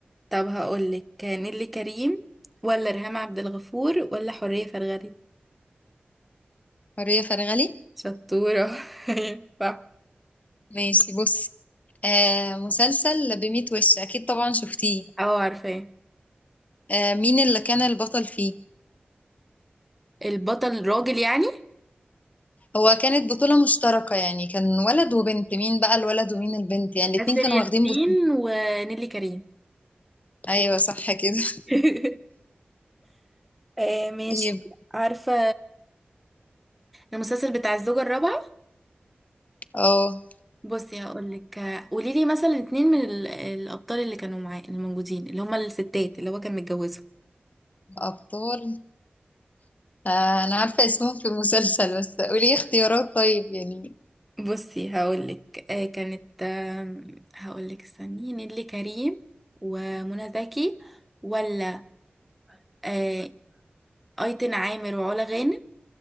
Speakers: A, in the centre; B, on the left.
A: طب هقولك نيللي كريم ولا ريهام عبد الغفور ولا حورية فرغلي
B: حرية فرغلي
A: شطورة <laughs> أيوة، صح
B: ماشي بص آه مسلسل بميت وش أكيد طبعا شفتيه
A: اه عارفاه
B: آه، مين اللي كان البطل فيه
A: البطل راجل يعني
B: هو كانت بطولة مشتركة يعني كان ولد وبنت مين بقى الولد ومين البنت يعني الاتنين
A: آسر
B: كانوا
A: ياسين
B: واخدين بطولة
A: ونيلي كريم
B: ايوه صح كده <laughs>
A: <laughs> آه ماشي
B: طيب
A: عارفة المسلسل بتاع الزوجة الرابعة
B: اه
A: بصي هقولك قولي لي مثلا اتنين من ال- الأبطال اللي كانوا معاه الموجودين اللي هما الستات اللي هو كان متجوزهم
B: ابطال آه انا عارفة اسمهم في المسلسل بس قولي اختيارات طيب يعني
A: بصي هقولك آه كانت آه هقولك استني نيللي كريم ومنى زكي ولا آه أيتن عامر وعلا غانم